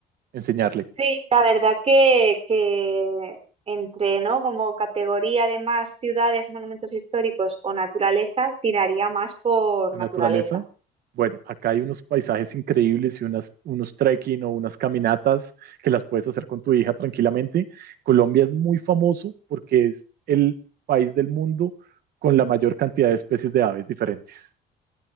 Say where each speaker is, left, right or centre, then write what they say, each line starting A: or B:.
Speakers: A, on the right; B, on the right.
A: enseñarle
B: Sí, la verdad que, que entre, ¿no? Como categoría de más ciudades, monumentos históricos o naturaleza, tiraría más por
A: a
B: naturaleza.
A: naturaleza. Bueno, acá
B: Sí.
A: hay unos paisajes increíbles y unas, unos trekking o unas caminatas que las puedes hacer con tu hija tranquilamente. Colombia es muy famoso porque es el país del mundo con la mayor cantidad de especies de aves diferentes.